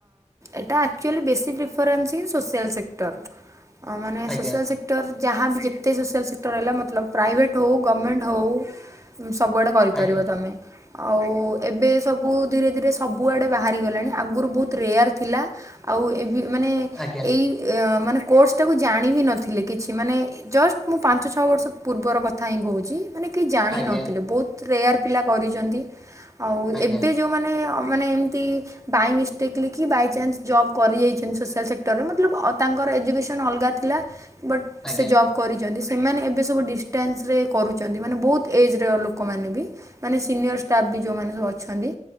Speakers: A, on the right; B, in the centre.
A: ଏଟା actually basic preference in social sector. ଅ, ମାନେ
B: ଆଜ୍ଞା
A: ସୋସିଆଲ୍ ସେକ୍ଟର ଯାହା ବି ଯେତେ ସୋସିଆଲ୍ ସେକ୍ଟର ରହିଲା ମତଲବ ପ୍ରାଇଭେଟ୍। ହଉ ଗଭର୍ଣ୍ଣମେଣ୍ଟ ହଉ ସବୁଆଡ଼େ କରିପାରିବ
B: ଆଜ୍ଞା
A: ତୁମେ। ଆଉ ଏବେ ସବୁ ଧୀରେ ଧୀରେ ସବୁଆଡ଼େ ବାହାରିଗଲାଣି ଆଗରୁ ବହୁତ ରେୟାର୍ ଥିଲା। ଆଉ ଏ ମାନେ
B: ଆଜ୍ଞା
A: ଏଇ ମାନେ କୋର୍ସ ଟାକୁ ଜାଣିବି ନଥିଲେ କିଛି ମାନେ। ଜଷ୍ଟ ମୁଁ ପାଞ୍ଚ ଛଅ ବର୍ଷ ପୂର୍ବର କଥା ହିଁ କହୁଛି ମାନେ। କେହି ଜାଣିନଥିଲେ
B: ଆଜ୍ଞା
A: ବହୁତ ରେୟାର୍ ପିଲା କରିଛନ୍ତି। ଆଉ
B: ଆଜ୍ଞା।
A: ଏବେ ଯେଉଁମାନେ ମାନେ ଏମିତି। ବାଇ ମିଷ୍ଟେକ୍ଲି କି ବାଇ ଚାନ୍ସ ଜବ୍ କରି ଯାଇଛନ୍ତି ସୋସିଆଲ୍ ସେକ୍ଟରରେ ମତଲବ ତାଙ୍କର ଏଜୁକେସନ୍ ଅଲଗା। ବଟ୍
B: ଆଜ୍ଞା
A: ସେ ଜବ୍। କରିଛନ୍ତି ସେମାନେ ଏବେ ସବୁ ଡିଷ୍ଟାନ୍ସରେ କରୁଛନ୍ତି ମାନେ ବହୁତ ଏଜ୍ ରେ ଲୋକମାନେ ବି। ମାନେ ସିନିୟର ଷ୍ଟାଫ୍ ବି ଯୋଉମାନେ ସବୁ ଅଛନ୍ତି